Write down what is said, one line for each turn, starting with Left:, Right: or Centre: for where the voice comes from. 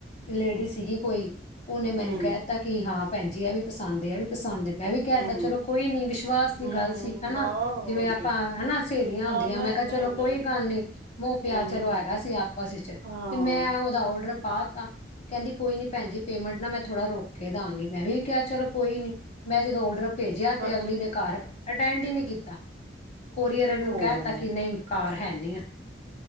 Left: ਲੇਡੀ ਸੀਗੀ ਕੋਈ। ਉਹਨੇ ਮੈਨੂੰ
Right: ਹੂੰ,
Left: ਕਹਿ ਤਾ ਕਿ ਹਾਂ। ਭੈਣਜੀ ਆ ਵੀ ਪਸ ਪਸੰਦ ਏ ਆ ਵੀ ਪਸੰਦ ਮੈਂ ਵੀ ਕਹਿ
Right: ਹੂੰ,
Left: ਤਾ ਚਲੋ ਕੋਈ ਨੀ ਵਿਸ਼ਵਾਸ ਦੀ
Right: ਹੂੰ,
Left: ਗੱਲ ਸੀ ਹਨਾ
Right: ਆਹ ਹੋਰ
Left: ਜਿਵੇਂ ਆਪਾਂ
Right: ਕੀ
Left: ਹਨਾ ਸਹੇਲੀਆਂ ਹੁੰਦੀਆਂ
Right: ਹਾਂ ਨਹੀਂ-ਨਹੀਂ-ਨਹੀਂ,
Left: ਮੈਂ ਕਿਹਾ ਚਲੋ ਕੋਈ ਗੱਲ ਨੀ ਮੋਹ ਪਿਆਰ
Right: ਹੂੰ,
Left: ਚਲੋ ਹੈਗਾ ਸੀ ਆਪਸ ਵਿੱਚ
Right: ਹਾਂ,
Left: ਤੇ ਮੈਂ ਉਹਦਾ ਔਡਰ ਪਾ ਤਾ ਕਹਿੰਦੀ ਕੋਈ ਨੀ ਭੈਣਜੀ ਪੇਮੈਂਟ ਨਾ ਮੈਂ ਥੋੜਾ ਰੁਕ ਕੇ ਦਾਂਗੀ ਮੈਂ ਵੀ ਕਿਹਾ ਚਲੋ ਕੋਈ ਨਹੀਂ। ਮੈਂ ਜਦੋਂ ਔਡਰ ਭੇਜਿਆ
Right: ਬਸ
Left: ਤੇ ਅਗਲੀ ਦੇ ਘਰ ਅਟੈਂਡ ਹੀ ਨਹੀਂ ਕੀਤਾ। ਕੋਰੀਅਰ ਆਲੇ ਨੂੰ
Right: ਓਹੋ
Left: ਕਹਿ ਦਿੱਤਾ ਕੀ ਨਹੀਂ ਘਰ ਹੈਨੀ ਆ।